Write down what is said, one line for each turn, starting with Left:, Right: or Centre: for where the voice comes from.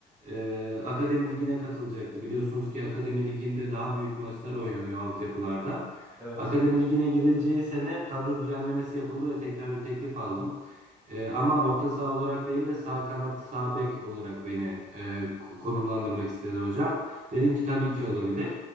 Right: e, Akademi Ligi'ne katılacaktı. Biliyorsunuz ki Akademi Ligi'nde daha büyük maçlar oynanıyor altyapılarda.
Centre: Evet.
Right: Akademi ligine girileceği sene kadro düzenlemesi yapıldı ve tekrar bir teklif aldım. Ee, ama orta saha olarak değil de sağ kanat, sağ bek olarak beni e,
Centre: Hı
Right: konumlandırmak
Centre: hı.
Right: istedi hocam. Dedim ki tabii ki olabilir.